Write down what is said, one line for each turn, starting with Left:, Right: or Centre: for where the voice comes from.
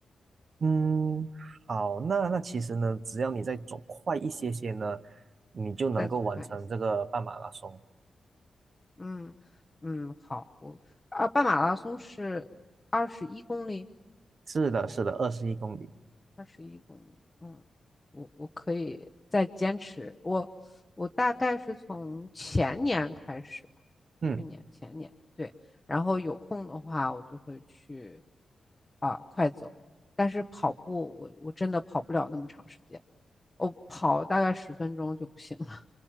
Right: 嗯，好，那那其实呢，只要你再走快一些些呢，你就能够完成这个半马拉松。
Left: 再走快一些。嗯嗯，好，我啊，半马拉松是二十一公里。
Right: 是的，是的，二十一公里。
Left: 二十一公里，嗯，我我可以再坚持。我我大概是从前年开始吧，
Right: 嗯。
Left: 去年前年对，然后有空的话我就会去啊、快走，但是跑步我我真的跑不了那么长时间，我跑大概十分钟就不行了。